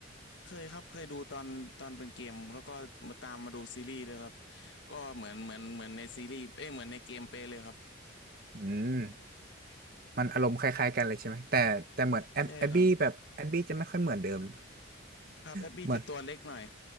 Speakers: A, on the left; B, on the right.
A: เคยครับเคยดูตอนตอนเป็นเกมแล้วก็มาตามมาดูซีรีส์ด้วยครับก็เหมือนเหมือนเหมือนในซีรีส์เอ้ยเหมือนในเกมเป๊ะเลยครับ
B: อืม มันอารมณ์คล้ายๆกันเลยใช่ไหมแต่แต่เหมือนแอบแอบบี้แบบแอบบี้จะไม่ค่อยเหมือนเดิม
A: ใช่ครับครับแอบบี้จะตัวเล็กหน่อย
B: <laughs> เหมือน